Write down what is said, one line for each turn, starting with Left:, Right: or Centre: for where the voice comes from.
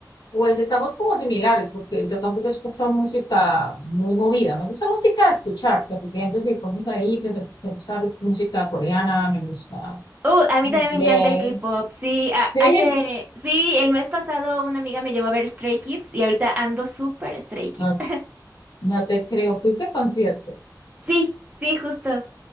Left: Pues estamos como similares porque yo tampoco escucho música muy movida, me gusta música de escuchar, que te sientes y pones ahí, que te me gusta música coreana, me gusta
Right: Uh, a mí
Left: Inglés.
Right: también me encanta el K-pop. Sí, a-
Left: Sí,
Right: hace, sí, el mes pasado una amiga me llevó a ver Stray Kids y ahorita ando súper Stray Kids.
Left: no, no te creo. ¿Fuiste a concierto?
Right: Sí, sí, justo.